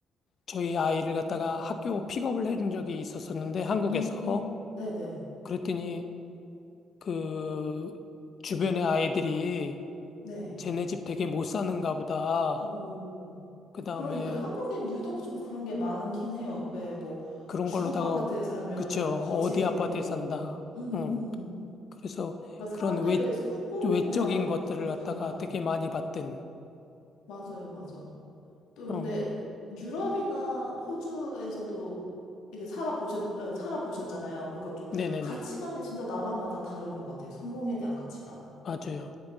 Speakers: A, on the left (about 55°); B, on the left (about 80°).
A: 저희 아이를 갖다가 학교 픽업을 해준 적이 있었었는데, 한국에서.
B: 음, 네네. 네.
A: 그랬더니 그 주변의 아이들이
B: 네.
A: 쟤네 집 되게 못 사는가 보다.
B: 어,
A: 그 다음에
B: 그러니까요. 한국엔 유독 좀 그런 게 많긴 해요. 왜, 뭐,
A: 그런
B: 주공
A: 걸로다가,
B: 아파트에 살면은
A: 그쵸.
B: 거지
A: 어디
B: 뭐
A: 아파트에
B: 이런 거.
A: 산다.
B: 음, 음.
A: 응. 그래서
B: 그러니까
A: 그런
B: 사람들의
A: 외,
B: 성공에
A: 외적인
B: 대한
A: 것들을
B: 그런 게
A: 갖다가
B: 달라.
A: 되게 많이
B: 네.
A: 봤던.
B: 맞아요, 맞아. 또 근데
A: 음,
B: 유럽이나 호주에서도 이게 살아보셨, 어, 살아보셨잖아요. 그러니까 좀
A: 네네네.
B: 가치관이 진짜 나라마다 다른 것 같아요. 성공에 대한 가치관.
A: 맞아요.